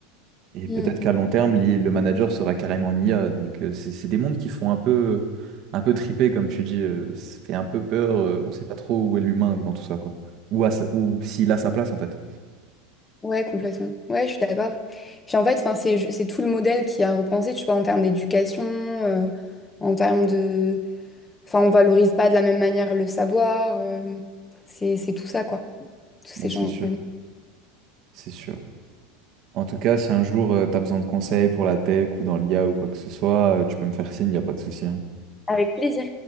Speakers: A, on the right; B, on the left.
A: Et
B: mm,
A: peut-être
B: mm.
A: qu'à long terme, l'I- le manager sera carrément une IA. Donc, euh, c'est c'est des mondes qui font un peu, un peu triper, comme tu dis. euh, Ça fait un peu peur. euh, On ne sait pas trop où est l'humain dans tout ça, quoi. Ou, à sa- ou s'il a sa place, en fait.
B: Ouais, complètement. Ouais, je suis d'accord. Puis en fait, enfin, c'est c'est tout le modèle qui a repensé, tu vois, en termes d'éducation, euh, en termes de Enfin, on valorise pas de la même manière le savoir. euh, c'est, c'est tout ça, quoi. Tous ces
A: Bah, c'est
B: gens.
A: sûr, c'est sûr. En tout cas, si un jour, tu as besoin de conseils pour la tech ou dans l'IA ou quoi que ce soit, euh, tu peux me faire signe, il n'y a pas de souci. hein.
B: Avec plaisir.